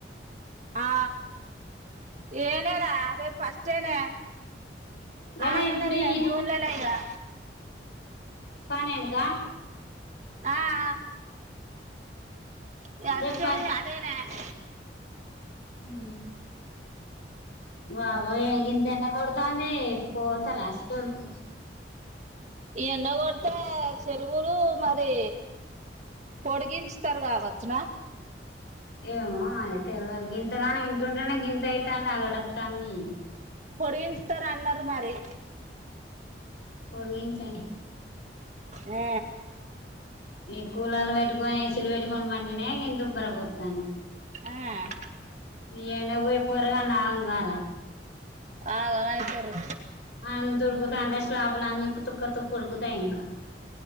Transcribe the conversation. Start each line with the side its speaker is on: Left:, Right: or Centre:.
Right: ఆ ఏ నెలా రేప్ ఫస్టే నాయ్
Left: గదే
Right: ఆ నెల్లల్నే
Left: ఇప్పుడు ఈ నె
Right: జూన్లనే ఇగా.
Left: పన్నెండుకా
Right: అ ఆ ఇగ అచ్చేదీ
Left: రేపు
Right: అదేనాయ్.
Left: మీ వా వయ్య గింత ఎండ గోడతాంది పోత రాసుకోను పు
Right: ఈ ఎండగొడితే సెలవులు మరి పొడిగించుతరు కావచ్చునా
Left: ఏమో మరి తెలవదు గింతగానం ఇంట్లుంటనే గింత అయితాంది అగడత్తంది
Right: పొడిగించుతరు అన్నరు మరి
Left: పోడిగించని
Right: యే
Left: ఈ కూలర్ వేట్టుకొని ఏసీలు వేట్టుకొని పంటనే గింత ఉబ్బర పోత్తంది
Right: ఆ
Left: ఈ ఎండకు పోయి పోరగాళ్లు ఆగం కారా
Right: ఆగం అయితారు
Left: అంతుడుకుతాంటే అంటే స్లాపులు అన్ని తుక్క తుక్క ఉడుకుతయ్ ఇంకా